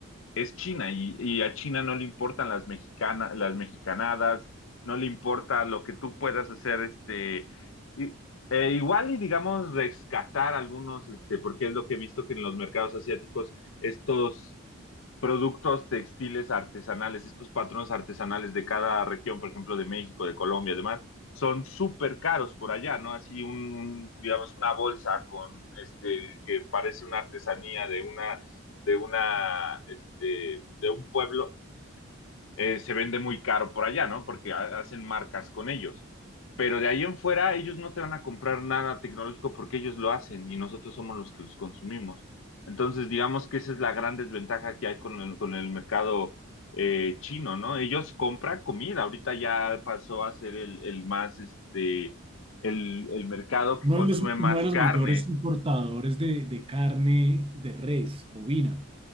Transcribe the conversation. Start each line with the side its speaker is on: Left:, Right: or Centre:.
Left: es China y, y a China no le importan las mexicanas, las mexicanadas, no le importa lo que tú puedas hacer, este, y- eh, igual y digamos rescatar algunos, este, porque es lo que he visto que en los mercados asiáticos estos productos textiles artesanales, estos patrones artesanales de cada región, por ejemplo, de México, de Colombia, además, son súper caros por allá, ¿no? Así un, un, digamos, una bolsa con, este, que parece una artesanía de una, de una, este, de un pueblo, eh, se vende muy caro por allá, ¿no? Porque ha- hacen marcas con ellos. Pero de ahí en fuera, ellos no te van a comprar nada tecnológico porque ellos lo hacen y nosotros somos los que los consumimos. Entonces, digamos que esa es la gran desventaja que hay con el, con el mercado eh, chino, ¿no? Ellos compran comida. Ahorita ya pasó a ser el, el más, este, el, el mercado que
Right: Uno
Left: consume
Right: de los, uno
Left: más
Right: de los
Left: carne.
Right: mayores importadores de, de carne de res, bovina,